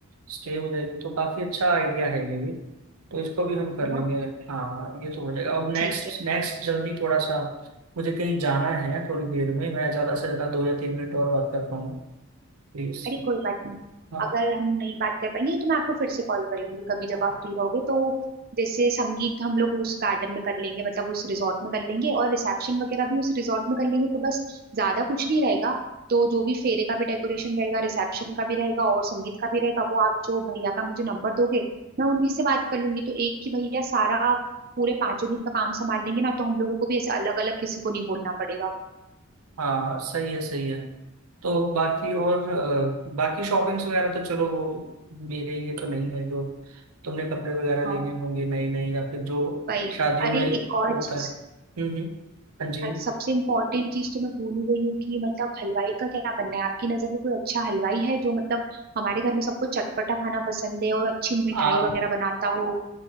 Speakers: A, on the right (about 80°); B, on the right (about 45°).
A: स्टे हो जाएगी तो काफी अच्छा आइडिया है ये भी तो इसको भी हम कर
B: है ना
A: लेंगे हाँ हाँ ये तो हो जाएगा अब नेक्स्ट
B: ठीक है
A: नेक्स्ट जल्दी थोड़ा सा मुझे कहीं जाना है थोड़ी देर में मैं ज्यादा से ज्यादा दो या तीन मिनट और बात कर पाऊंगा प्लीज
B: अरे कोई बात नहीं
A: हाँ
B: अगर हम नहीं बात कर पाएंगे तो मैं आपको फिर से कॉल कर लूंगी कभी जब
A: हाँ
B: आप फ्री रहोगे तो जैसे संगीत हम लोग उस गार्डन में कर लेंगे मतलब उस रिजॉर्ट में कर लेंगे और रिसेप्शन वगैरह भी उस रिजॉर्ट में कर लेंगे तो बस ज्यादा कुछ नहीं रहेगा तो जो भी फेरे का भी डेकोरेशन रहेगा रिसेप्शन का भी रहेगा और संगीत का भी रहेगा वो आप जो भैया का मुझे नंबर दोगे मैं उन्हीं से बात कर लूंगी तो एक ही भैया सारा पूरे पांचों दिन का काम संभाल लेंगे ना तो हम लोगों को भी ऐसे अलग अलग किसी को नहीं बोलना पड़ेगा
A: हाँ सही है सही है तो बाकी और अ, बाकी शॉपिंग्स वगैरह तो चलो वो मेरे लिए तो नहीं है जो तुमने कपड़े वगैरह
B: हाँ
A: लेने होंगे नए नए या फिर जो
B: भाई
A: शादियों
B: अरे
A: में
B: एक और
A: होता
B: चीज
A: है हम्म हम्म हाँ जी
B: और सबसे इम्पोर्टेंट चीज तो मैं भूल ही गई हूँ कि मतलब हलवाई का क्या बनना है आपकी नजर में कोई अच्छा हलवाई है जो मतलब हमारे घर में सबको चटपटा खाना पसंद है और अच्छी मिठाई
A: आप
B: वगैरह बनाता हो